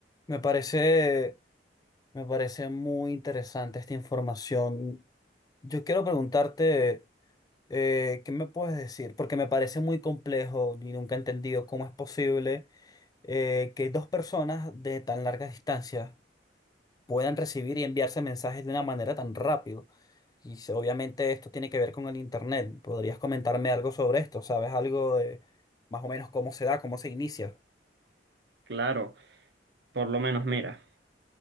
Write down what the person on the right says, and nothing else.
Claro, por lo menos, mira.